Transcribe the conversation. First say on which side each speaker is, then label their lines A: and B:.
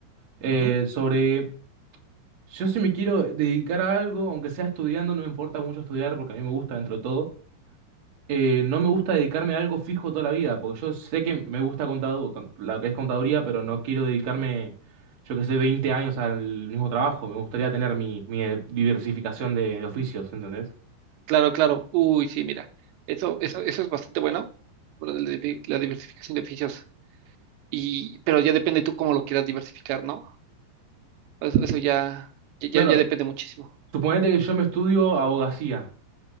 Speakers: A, on the right; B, on the right.
A: eh,
B: Ujú.
A: sobre Yo si me quiero dedicar a algo, aunque sea estudiando, no me importa mucho estudiar porque a mí me gusta dentro de todo. Eh, no me gusta dedicarme a algo fijo toda la vida, porque yo sé que me gusta contado, con- lo que es contaduría, pero no quiero dedicarme, yo que sé, 20 años al mismo trabajo. Me gustaría tener mi, mi eh, diversificación de, de oficios, ¿entendés?
B: Claro, claro. Uy, sí, mira, eso, eso, eso es bastante bueno, por la la diversificación de oficios. Y, pero ya depende tú cómo lo quieras diversificar, ¿no? Eso, eso ya, ya,
A: Claro,
B: ya- depende muchísimo.
A: suponete que yo me estudio abogacía